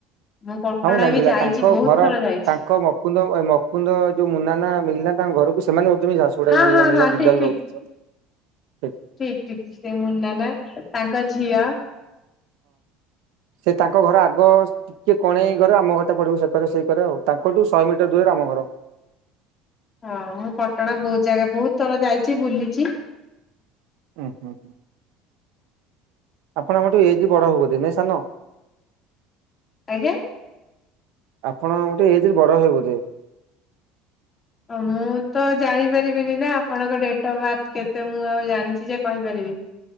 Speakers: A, on the left (about 25°); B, on the right (about 75°).
A: ମୁଁ ପଟଣା
B: ହଁ ଜାଣି
A: ବି
B: ପା
A: ଯାଇଛି
B: ତାଙ୍କ
A: ବହୁତ
B: ଘର
A: ଥର ଯାଇଛି
B: ତାଙ୍କ ମୁକୁନ୍ଦ ମୁକୁନ୍ଦ ଯୋଉ ମୁନା ନା ମନା ଘରକୁ ସେମାନେ ହଉ ଝାସୁଗୁ
A: ହଁ
B: ଡା ମିଳିଲ
A: ହଁ
B: ମିିଲନା
A: ହଁ
B: ଜିଲ
A: ଠିକ ଠିକ।
B: ରହୁ ସ <unintelligible>
A: ଠିକ ଠିକ ସେ ମୁନା ନା ତାଙ୍କ ଝିଅ
B: ସେ ତାଙ୍କ ଘର ଆଗ ଟିକେ କଣ ଏଇ ଘରେ ଆମ ଘରଟା ପଡିବ ସେକରେ ସେଇ କରେ ଆଉ ତାଙ୍କଠୁ ଶହେ ମିଟର ଦୂରରେ ଆମ ଘର।
A: ହଁ ମୁଁ ପଟଣା ବହୁତ ଜାଗା ବହୁତ ଥର ଯାଇଛି ବୁଲିଛି।
B: ଉମ୍ଁ ହୁଁ ହୁ। ଆପଣ ଆମଠୁ ଏଜ୍ ରେ ବି ବଡ ହେବ ନାଇଁ ସାନ
A: ଆଜ୍ଞା।
B: ଆପଣ ଗୋଟେ ଏଜ୍ ରେ ବଡ ହେବେ ବୋଧେ?
A: ମୁଁ ତ ଜାଣିପାରିବିନି ନା ଆପଣଙ୍କ ଡେଟ୍ ଅଫ୍ ବାର୍ଥ କେତେ ମୁଁ ଆଉ ଜାଣିଛି ସେ କହିପାରିବି ଇଇ।